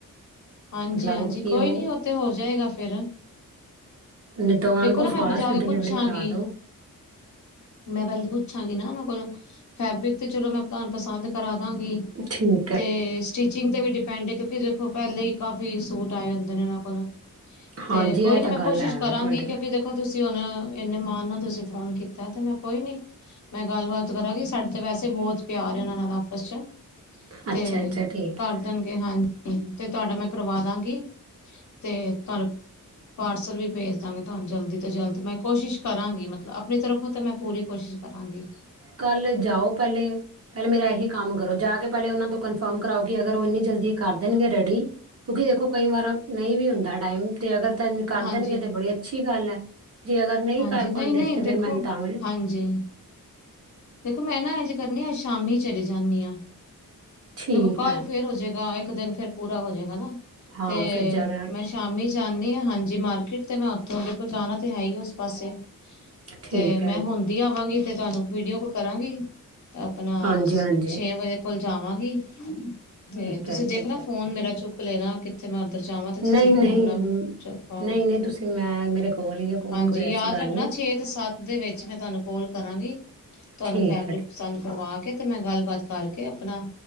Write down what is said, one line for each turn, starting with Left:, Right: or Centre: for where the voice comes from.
Left: ਹਾਂਜੀ
Right: ਮਤਲਬ
Left: ਹਾਂਜੀ,
Right: ਕਿ
Left: ਕੋਈ
Right: ਉਹ
Left: ਨੀ ਉਥੇ ਹੋ ਜਾਏਗਾ ਫਿਰ
Right: ਨਹੀਂ ਤਾਂ ਉਹਨਾਂ
Left: ਦੇਖੋ
Right: ਨੂੰ ਕੋਈ
Left: ਨਾ, ਮੈਂ
Right: ਫਾਸਟ
Left: ਬਜਾ
Right: ਡਿਲੀਵਰੀ
Left: ਕੇ ਪੁੱਛਾਂਗੀ।
Right: ਕਰਾ ਦਿਓ
Left: ਮੈਂ ਪਹਿਲ ਤਾਂ ਪੁੱਛਾਂਗੀ ਨਾ ਉਹਨਾਂ ਕੋਲੋਂ, ਫੈਬਰਿਕ ਤੇ ਚਲੋ ਮੈਂ ਤੁਾਨ ਪਸੰਦ ਕਰਾ ਦਾਂਗੀ।
Right: ਮਿੱਠੀ ਏ
Left: ਤੇ ਸਟਿਚਿੰਗ ਤੇ ਵੀ ਡਿਪੈਂਡ ਹੈ, ਕਿਉਂਕਿ ਦੇਖੋ ਪਹਿਲੇ ਹੀ ਕਾਫ਼ੀ ਸੂਟ ਆਏ ਹੁੰਦੇ ਨੇ, ਉਹਨਾਂ ਕੋਲ ਤੇ
Right: ਹਾਂਜੀ
Left: ਕੋਈ
Right: ਇਹ
Left: ਨੀ
Right: ਤਾਂ
Left: ਮੈਂ
Right: ਗੱਲ
Left: ਕੋਸ਼ਿਸ਼
Right: ਹੈ
Left: ਕਰਾਂਗੀ,
Right: ਵੇ ਤੁਹਾਡੇ
Left: ਕਿਉਂਕਿ ਦੇਖੋ ਤੁਸੀਂ ਹੁਣ, ਇੰਨੇ ਮਾਣ ਨਾਲ ਤੁਸੀਂ ਫੋਨ ਕੀਤਾ, ਤੇ ਮੈਂ ਕੋਈ ਨੀ, ਮੈਂ ਗੱਲਬਾਤ ਕਰਾਂਗੀ, ਸਾਡੇ ਤੇ ਵੈਸੇ ਬਹੁਤ ਪਿਆਰ ਹੈ ਉਹਨਾਂ ਨਾਲ ਆਪਸ ਚ ਤੇ
Right: ਅੱਛਾ ਅੱਛਾ ਠੀਕ
Left: ਕਰ
Right: ਹੈ
Left: ਦੇਣਗੇ, ਹਾਂਜੀ, ਤੇ ਤੁਹਾਡਾ ਮੈਂ ਕਰਵਾ ਦਾਂਗੀ। ਤੇ ਤੁਹਾਡੇ ਪਾਰਸਲ ਵੀ ਭੇਜ ਦਾਂਗੀ ਤੁਹਾਨੂੰ ਜਲਦੀ ਤੋਂ ਜਲਦ, ਮੈਂ ਕੋਸ਼ਿਸ਼ ਕਰਾਂਗੀ, ਮਤਲ ਆਪਣੀ ਤਰਫੋਂ ਤਾਂ ਮੈਂ ਪੂਰੀ ਕੋਸ਼ਿਸ਼ ਕਰਾਂਗੀ।
Right: ਕੱਲ੍ਹ ਜਾਓ ਪਹਿਲੇ। ਪਹਿਲੇ ਮੇਰਾ ਇਹੀ ਕੰਮ ਕਰੋ, ਜਾ ਕੇ ਪਹਿਲੇ ਉਹਨਾਂ ਤੋਂ ਕਨਫਰਮ ਕਰਾਓ, ਕਿ ਅਗਰ ਉਹ ਇੰਨੀ ਜਲਦੀ ਕਰ ਦੇਣਗੇ ਰੈਡੀ। ਕਿਉਂਕਿ ਦੇਖੋ ਕਈ ਵਾਰ ਨਹੀਂ ਵੀ ਹੁੰਦਾ ਟਾਈਮ, ਤੇ ਅਗਰ ਤ ਕਰ
Left: ਹਾਂਜੀ
Right: ਦੇਣਗੇ ਤੇ ਬੜੀ ਅੱਛੀ ਗੱਲ ਹੈ। ਜੇ ਅਗਰ ਨਹੀਂ
Left: ਹਾਂਜੀ
Right: ਕਰ ਪਾਉਂਦੇ,
Left: ਨਹੀਂ
Right: ਤੇ ਫੇਰ
Left: ਦੇਖੋ
Right: ਮੈਨੂੰ ਤਾਂ ਵੀ
Left: ਹਾਂਜੀ ਦੇਖੋ ਮੈਂ ਨਾ ਇਜ ਕਰਨੀ ਆਂ, ਸ਼ਾਮੀ ਚਲੀ ਜਾਂਨੀ ਆਂ।
Right: ਠੀਕ
Left: ਦੇਖੋ ਕੱਲ
Right: ਹੈ
Left: ਫੇਰ ਹੋਜੇਗਾ, ਇੱਕ ਦਿਨ ਫੇਰ ਪੂਰਾ ਹੋ ਜਾਏਗਾ ਨਾ,
Right: ਹਾਂ
Left: ਤੇ
Right: ਫਿਰ ਜ਼ਿਆਦਾ
Left: ਮੈਂ ਸ਼ਾਮੀ ਜਾਂਨੀ ਆ, ਹਾਂਜੀ ਮਾਰਕੀਟ ਤੇ ਮੈਂ ਉੱਥੋਂ, ਦੇਖੋ ਮੈਂ ਜਾਣਾ ਤਾਂ ਹੈ ਹੀ ਐ, ਉਸ ਪਾਸੇ।
Right: ਠੀਕ
Left: ਤੇ
Right: ਹੈ
Left: ਮੈਂ ਹੁੰਣਦੀ ਆਵਾਂਗੀ, ਤੇ ਤੁਹਾਨੂੰ ਵੀਡੀਓ ਕੋਲ ਕਰਾਂਗੀ। ਤੇ ਆਪਣਾ,
Right: ਹਾਂਜੀ ਹਾਂਜੀ
Left: ਛੇ ਵਜੇ ਕੋਲ ਜਾਵਾਂਗੀ।
Right: ਠੀਕ
Left: ਤੇ ਤੁਸੀਂ
Right: ਹੈ
Left: ਦੇਖਣਾ,
Right: ਠੀਕ
Left: ਫੋਨ
Right: ਹੈ
Left: ਮੇਰਾ ਚੁੱਕ ਲੈਣਾ ਕਿ ਤੇ ਮੈਂ ਉੱਧਰ ਜਾਵਾਂ, ਤੇ
Right: ਨਹੀਂ
Left: ਤੁਸੀਂ
Right: ਨਹੀਂ
Left: ਫੋਨ ਨਾਲ
Right: ਮ-
Left: ਚ ਪਾਵ
Right: ਨਹੀਂ ਨਹੀਂ ਤੁਸੀਂ ਮੈਂ ਮੇਰੇ ਕੋਲ ਹੀ ਹੈ ਫੋਨ
Left: ਹਾਂਜੀ
Right: ਕੋਈ ਐਸੀ
Left: ਯਾਦ
Right: ਗੱਲ
Left: ਰੱਖਣਾ,
Right: ਨਹੀਂ
Left: ਛੇ ਅਤੇ ਸੱਤ ਦੇ ਵਿੱਚ ਮੈਂ ਤੁਹਾਨੂੰ ਕੋਲ ਕਰਾਂਗੀ। ਤੁਹਾਨੂੰ
Right: ਠੀਕ
Left: ਫੈਬਰਿਕ
Right: ਹੈ ਠੀਕ
Left: ਪਸੰਦ ਕਰਵਾ ਕੇ, ਤੇ ਮੈਂ ਗੱਲਬਾਤ ਕਰਕੇ ਆਪਣਾ